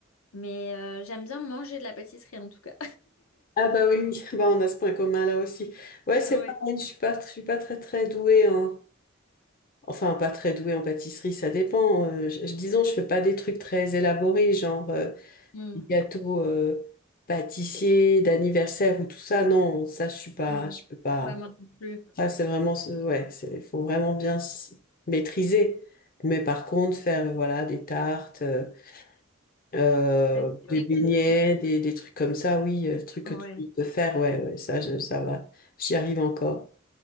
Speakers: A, on the left; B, on the left.
A: Mais euh, j'aime bien manger de la pâtisserie en tout cas.
B: Ah, bah oui, <laughs> bah, on a ce point commun là aussi. Ouais, c'est
A: <laughs>
B: pareil, je suis pas, je suis pas très, très douée, hein. Enfin, pas très douée en pâtisserie, ça dépend. Euh, je, je- disons, je fais pas des trucs très élaborés, genre euh,
A: Ouais.
B: des gâteaux euh, pâtissiers d'anniversaire ou tout ça. Non, ça, je suis pas,
A: Mm.
B: je peux pas.
A: Ouais, moi non plus.
B: Ça, c'est vraiment, ce- ouais, c'est, faut vraiment bien s- maîtriser. Mais par contre, faire, voilà, des tartes, euh, euh,
A: Euh,
B: des
A: Les
B: beignets,
A: cookies.
B: des, des trucs comme ça, oui, euh, le truc que
A: Ouais.
B: tu peux faire, ouais, ouais, ça, je- ça va. J'y arrive encore.